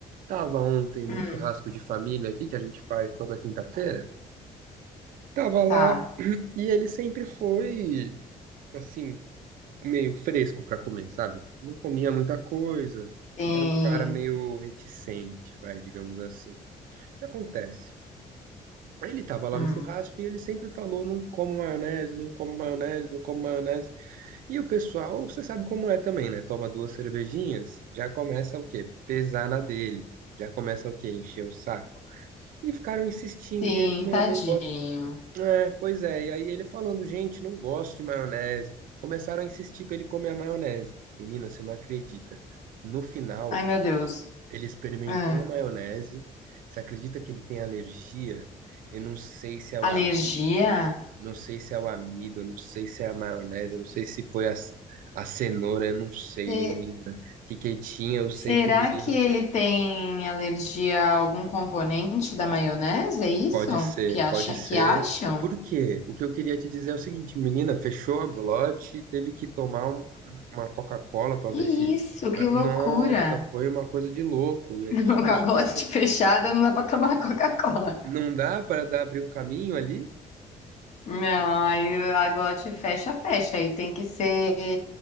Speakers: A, on the right (about 85°); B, on the left (about 55°).
A: tava ontem
B: hum,
A: no churrasco de família aqui que a gente faz toda quinta-feira. Tava lá
B: tá.
A: e ele sempre foi, assim, meio fresco pra comer, sabe? Não comia muita coisa.
B: Sim.
A: Era um cara meio reticente, vai, digamos assim. O que acontece? Aí ele tava lá
B: Hum.
A: no churrasco e ele sempre falou, não como maionese, não como maionese, não como maionese. E o pessoal, você sabe como é também, né? Toma duas cervejinhas, já começa o quê? Pesar na dele. Já começa o quê? Encher o saco. E ficaram insistindo,
B: Sim,
A: e ele, meu,
B: tadinho.
A: não gosta. É, pois é, e aí ele falando, gente, não gosto de maionese. Começaram a insistir pra ele comer a maionese. Menina, você não acredita. No final,
B: Ai, meu Deus.
A: ele experimentou
B: Hum.
A: a maionese. Você acredita que ele tem alergia? Eu não sei se é o
B: Alergia?
A: não sei se é o amido, não sei se é a maionese, não sei se foi a, c- a cenoura, eu não sei,
B: Se-
A: hein, menina. Que que tinha, eu sei
B: será
A: que o menino
B: que ele tem alergia a algum componente da maionese? É isso?
A: pode ser,
B: Que acha,
A: pode ser.
B: que acham?
A: Por quê? O que eu queria te dizer é o seguinte, menina, fechou a glote, teve que tomar um- uma Coca-Cola para
B: Que
A: ver
B: isso?
A: se.
B: Que
A: pra-
B: loucura.
A: Nossa, foi uma coisa de louco.
B: <laughs>
A: E a
B: Com
A: gente ficou
B: a
A: super.
B: glote
A: pre-
B: fechada, não dá pra tomar Coca-Cola.
A: Não dá para dar abrir um caminho ali?
B: Não, aí a glote fecha, fecha. Aí tem que ser.